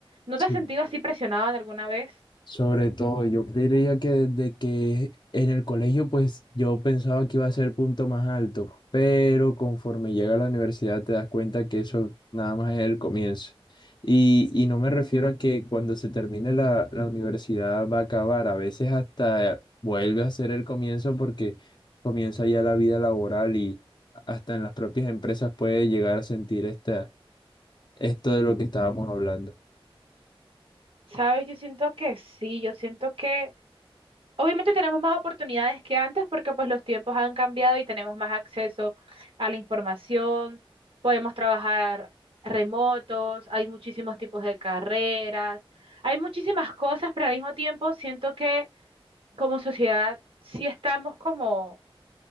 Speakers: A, on the right; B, on the left.
A: ¿No
B: Sí,
A: te has sentido así presionada de alguna vez?
B: sobre todo, yo creería que desde que en el colegio, pues yo pensaba que iba a ser punto más alto, pero conforme llega a la universidad te das cuenta que eso nada más es el comienzo. Y, y no me refiero a que cuando se termine la, la universidad va a acabar, a veces hasta vuelve a ser el comienzo porque comienza ya la vida laboral y hasta en las propias empresas puede llegar a sentir esta, esto de lo que estábamos hablando.
A: Sabes, yo siento que sí, yo siento que Obviamente tenemos más oportunidades que antes porque pues los tiempos han cambiado y tenemos más acceso a la información, podemos trabajar remotos, hay muchísimos tipos de carreras, hay muchísimas cosas, pero al mismo tiempo siento que como sociedad sí estamos como,